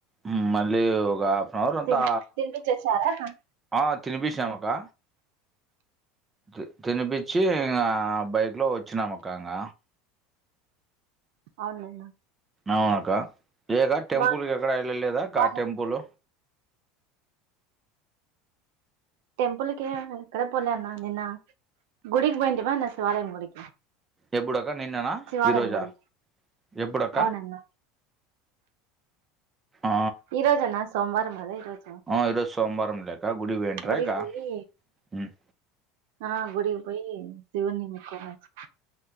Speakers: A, on the right; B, on the right.
A: ఉమ్మ్ మళ్ళీ ఒక హాఫ్ అన్ అవర్ అంతా
B: తిని తినిపించేసారా అన్న
A: ఆ తినిపించినము అక్క తి తినిపిచ్చి ఇంగ బైక్‌లో వచ్చినము అక్క ఇంగ
B: అవును నాయన
A: అవునకా ఏక్క టెంపుల్
B: బా
A: ఎక్కడ ఎళ్ళలేదాక్క
B: బా
A: టెంపుల్
B: టెంపుల్‌కి ఎక్కడ పోలే అన్న నిన్న గుడికి పోయింటిమా అన్న శివాలయం గుడికి
A: ఎప్పుడు అక్క నిన్ననా
B: శివాలయం
A: ఈరోజా
B: గుడి
A: ఎప్పుడు అక్క
B: అవునన్న
A: ఆ
B: ఈరోజు అన్న సోమవారం కదా ఈరోజు
A: ఆ ఈరోజు సోమవారం లేక గుడికి పొయింట్రాక్క
B: గుడికి పోయి
A: ఉమ్మ్
B: ఆ గుడికి పోయి శివుని మొక్కోనొచ్చి